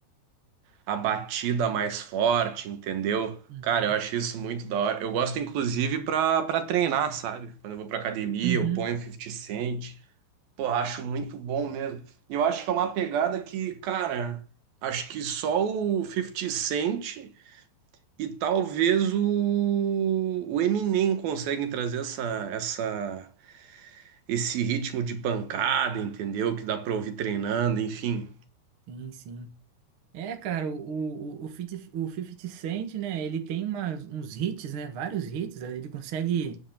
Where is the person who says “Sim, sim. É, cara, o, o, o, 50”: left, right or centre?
Right